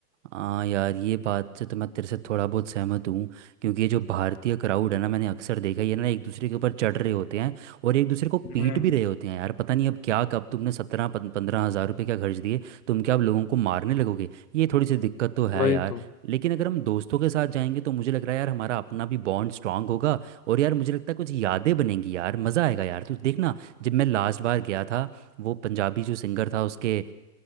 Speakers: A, on the right; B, on the left.
A: हाँ यार ये बात से तो मैं तेरे से थोड़ा बहुत सहमत हूँ क्योंकि ये जो भारतीय क्राउड है ना मैंने अक्सर देखा है, ये ना एक दूसरे के ऊपर चढ़ रहे होते हैं और एक दूसरे को पीट
B: हम्म
A: भी रहे होते हैं यार पता नहीं अब क्या कब तुमने सत्रह पंद्रह हज़ार रुपये क्या खर्च दिए तुम क्या अब लोगों को मारने लगोगे ये थोड़ी सी दिक्कत तो है
B: वही
A: यार
B: तो
A: लेकिन अगर हम दोस्तों के साथ जाएंगे तो मुझे लग रहा है यार हमारा अपना भी बॉन्ड स्ट्रांग होगा और यार मुझे लगता है कुछ यादें बनेंगी यार मज़ा आएगा यार तू देखना जब मैं लास्ट बार गया था वो पंजाबी जो सिंगर था उसके